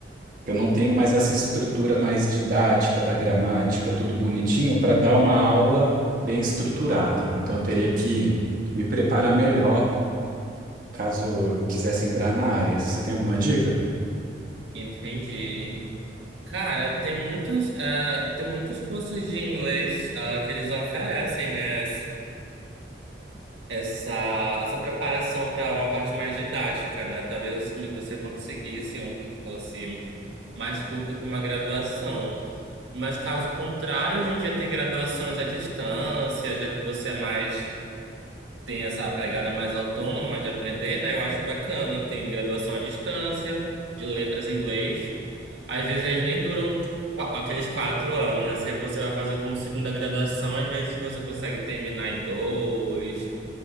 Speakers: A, on the right; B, on the right.
A: Eu não tenho mais essa estrutura mais didática da gramática, tudo bonitinho, para dar
B: Uhum.
A: uma aula bem estruturada. Então eu teria que me preparar melhor caso eu quisesse entrar na área. Você tem alguma dica?
B: Entendi. Cara, tem muitos, ah, tem muitos cursos de inglês, ah, que eles oferecem, né? essa, essa preparação para uma parte mais didática, né? Talvez que você conseguisse um que fosse mais curto que uma graduação. Mas caso contrário, a gente já tem graduações à distância, já que você é mais tem essa pegada mais autônoma de aprender, né? Eu acho bacana. Tem graduação à distância, de letras em inglês. Às vezes elas nem duram qua- aqueles quatro anos, né? Se você vai fazer como segunda graduação, às vezes você consegue terminar em dois.